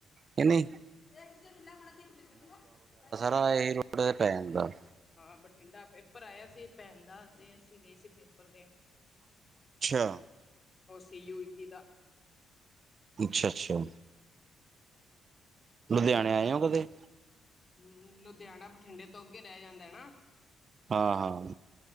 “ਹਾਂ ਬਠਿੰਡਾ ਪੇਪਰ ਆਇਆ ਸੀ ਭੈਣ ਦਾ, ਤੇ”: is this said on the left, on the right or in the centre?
Left